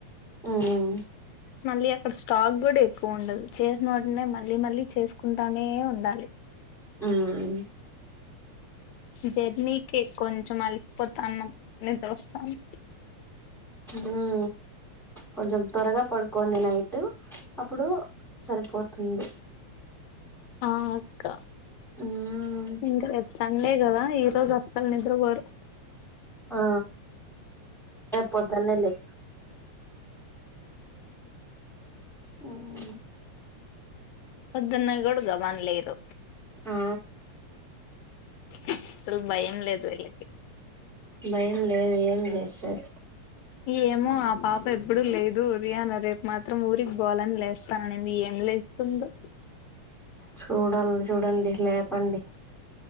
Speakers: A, in the centre; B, on the left.
A: ఉమ్
B: మళ్ళీ అక్కడ స్టాక్ గూడా ఎక్కువ ఉండదు చేసిన వాటినే మళ్ళీ మళ్ళీ చేసుకుంటానే ఉండాలి
A: ఉమ్
B: జర్నీ కి కొంచం అలిసిపోతాను నిద్ర వస్తోంది
A: ఉమ్ కొంచెం త్వరగా పడుకోండి నైట్ అప్పుడు సరిపోతుంది
B: ఆ అక్క
A: ఉమ్
B: ఇంక రేప్ సండేగదా ఈరోజు వ అస్సల్ నిద్రబోరు
A: ఆ రేపు పొద్దున్నే లేవా ఉమ్
B: పెద్దన్న గూడు గబాన్ లేరు
A: ఆ
B: అసల్ భయం లేదు వీళ్ళకి
A: భయం లేదు ఏం లేదు అస్సల్
B: ఏమో ఆ పాప ఎప్పుడు లేదు ఉదయాన రేపు మాత్రం ఊరికి పోవాలని లేస్తాను అనింది ఏం లే లేస్తుందో
A: చూడాలి చూడండి లేపండి